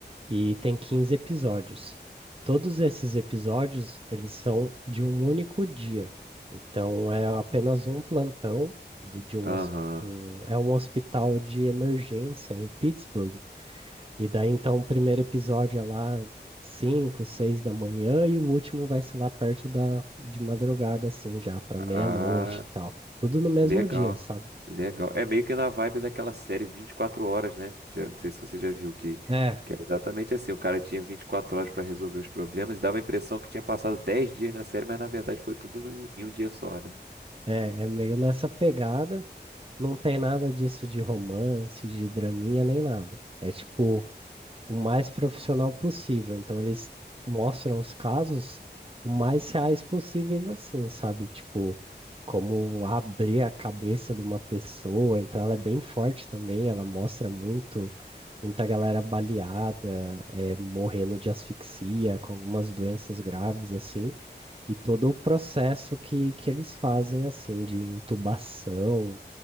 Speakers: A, on the right; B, on the right.
A: e tem 15 episódios. Todos esses episódios, eles são de um único dia. Então é apenas um plantão do, de um,
B: Aham.
A: hos- um- é um hospital de emergência em Pittsburgh. E daí então o primeiro episódio é lá 5 6 da manhã e o último vai ser lá perto da de madrugada assim já para
B: Ah,
A: meia-noite e tal. Tudo no mesmo
B: Legal,
A: dia, sabe?
B: legal. É meio que na vibe daquela série 24 horas, né? Já, não sei se você já viu que,
A: É,
B: que era exatamente assim. O cara tinha 24 horas pra resolver os problemas e dava a impressão que tinha passado 10 dias na série, mas na verdade foi tudo no- em um dia só, né?
A: é, é meio nessa pegada. Não tem nada disso de romance, de draminha, nem nada. É tipo o mais profissional possível. Então eles mostram os casos o mais reais possíveis, assim, sabe? Tipo, como abrir a cabeça de uma pessoa. Então ela é bem forte também, ela mostra muito, muita galera baleada, é, morrendo de asfixia, com algumas doenças graves, assim. E todo o processo que, que eles fazem, assim, de intubação